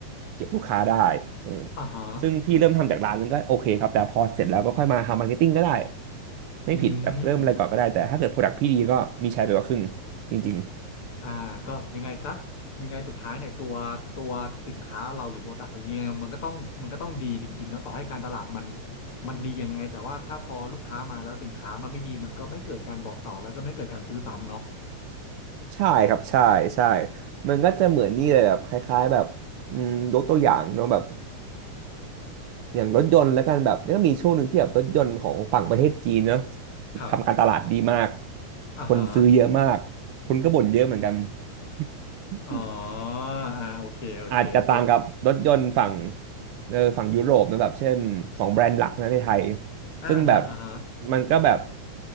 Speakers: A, on the right; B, on the left.
A: เก็บลูกค้าได้เออ
B: อ่าฮะ
A: ซึ่งพี่เริ่มทำจากร้านนึงก็โอเคครับแต่พอเสร็จแล้วก็ค่อยมาทำมาร์เก็ตติ้งก็ได้ไม่ผิดแบบเริ่มอะไรก่อนก็ได้แต่ถ้าเกิดโปรดักต์พี่ดีก็มีใช้ไปกว่าครึ่ง
B: อืม
A: จริง
B: อ่าก็ยังไงซะยังไงสุดท้ายเนี่ยตัวตัวสินค้าเราหรือโปรดักต์อะไรเงี้ยมันก็ต้องมันก็ต้องดีจริงๆเนาะต่อให้การตลาดมันมันดียังไงแต่ว่าถ้าพอลูกค้ามาแล้วสินค้ามันไม่ดีมันก็ไม่เกิดการบอกต่อแล้วก็ไม่เกิดการซื้อซ้ำเนาะ
A: ใช่ครับใช่ใช่ มันก็จะเหมือนนี่เลยแบบคล้ายๆแบบอืมยกตัวอย่างเนาะแบบอย่างรถยนต์แล้วกันแบบก็มีช่วงหนึ่งที่แบบรถยนต์ของฝั่งประเทศจีนเนาะ
B: ครับ
A: ทำการตลาดดีมาก
B: อ่าฮะ
A: คนซื้อเยอะมากคนก็บ่นเยอะเหมือนกัน <laughs>
B: อ๋ออ่าโอเคโอเคเก็ต
A: อาจจะต่างกับรถยนต์ฝั่งเออฝั่งยุโรปนะแบบเช่นสองแบรนด์หลักนะในไทย
B: อ่าฮะอ่าฮะ
A: ซึ่งแบบมันก็แบบ